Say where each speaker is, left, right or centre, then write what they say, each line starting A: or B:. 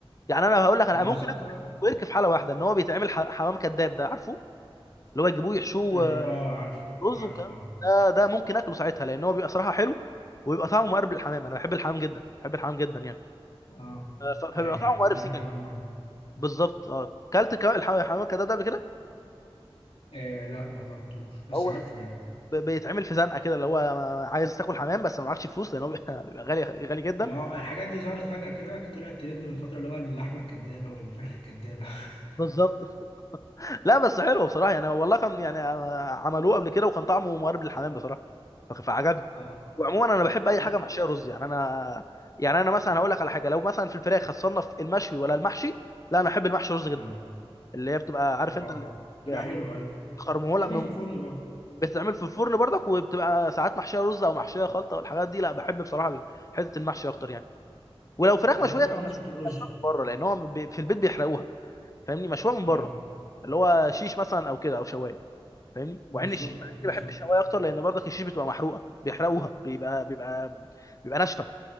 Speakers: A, on the left (about 35°); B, on the left (about 75°).
A: يعني انا هقول لك انا
B: ما
A: ممكن
B: بالظبط
A: اكل الورك في حاله واحده ان هو بيتعمل ح- حمام كذاب ده عارفه اللي هو يجيبوه يحشوه
B: إيه،
A: آه،
B: اه عارف
A: رز
B: عارف
A: والكلام
B: اه
A: ده ده ده ممكن اكله ساعتها لان هو بيبقى صراحه حلو ويبقى طعمه مقرب للحمام انا بحب الحمام جدا بحب الحمام جدا يعني
B: اه
A: أه، ف- فبيبقى
B: ايوه
A: طعمه مقرب
B: انا
A: سيكا
B: بحب الحمام برضه
A: بالظبط اه كلت كمان الح- الحمام ده ده قبل كده
B: إيه لا ما جربتوش بس
A: هو
B: عارفه
A: بيت-
B: يعني
A: ب- بيتعمل في زنقه كده اللي هو عايز تاكل حمام بس ما معكش فلوس لان هو بيبقى <laughs> بيبقى غالي غالي جدا
B: ما هو الحاجات دي ظهرت فجأة كده طلعت ترند من فترة اللي هو اللحمة الكدابة والفراخ الكدابة <laughs>
A: بالظبط <laughs> لا بس حلو بصراحه يعني والله كان يعني آه، عملوه قبل كده وكان طعمه مقارب للحمام بصراحه ف- فعجبني
B: اه
A: وعموما انا بحب اي
B: طب
A: حاجه محشيه رز يعني انا يعني انا مثلا هقول لك على حاجه لو مثلا في الفراخ هتصنف المشوي ولا المحشي لا انا احب المحشي رز جدا
B: اه
A: اللي هي بتبقى عارف
B: اه
A: انت اللي يعني
B: تبقى حلوة ايوه
A: خرموله
B: تعمل
A: من
B: في الفرن برضه
A: بتتعمل في الفرن برضك وبتبقى ساعات محشيه رز او محشيه خلطه والحاجات دي لا بحب بصراحه حته المحشي اكتر يعني ولو فراخ
B: طب
A: مشويه
B: انت بقى
A: تبقى
B: بمناسبة
A: مشويه
B: الرز
A: مشويه من بره لان هو بي- في البيت بيحرقوها فاهمني مشويه من
B: اه
A: بره اللي هو شيش مثلا او كده او شوايه فاهمني
B: بالظبط
A: وعن الشيش مع اني
B: بالظبط
A: بحب الشوايه اكتر لان برضك الشيش بتبقى محروقه بيحرقوها بيبقى بيبقى بيبقى ناشفه